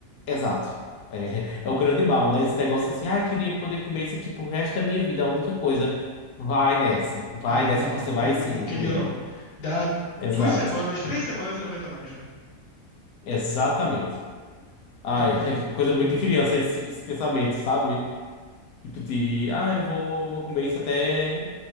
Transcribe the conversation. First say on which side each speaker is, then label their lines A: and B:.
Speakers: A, on the left; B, on the left.
A: exato. É, <laughs> é o grande mal, né? Esse negócio assim, ah, eu queria poder comer isso aqui pro resto da minha vida. A única coisa, vai nessa. Vai
B: É,
A: nessa
B: não,
A: que você
B: não,
A: vai sim
B: não queria
A: comer.
B: não. Dá
A: Exato.
B: duas semanas, três semanas, você não aguenta mais já.
A: Exatamente. Ai,
B: <laughs>
A: <laughs> coisa muito de criança esse, esse pensamento, sabe? Tipo de, ah, eu vou, vou comer isso até,